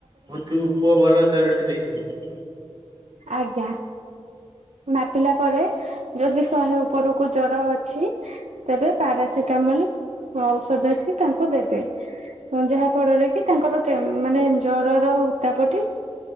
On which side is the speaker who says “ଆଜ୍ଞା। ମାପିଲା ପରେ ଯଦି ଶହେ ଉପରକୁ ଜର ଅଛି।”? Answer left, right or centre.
Right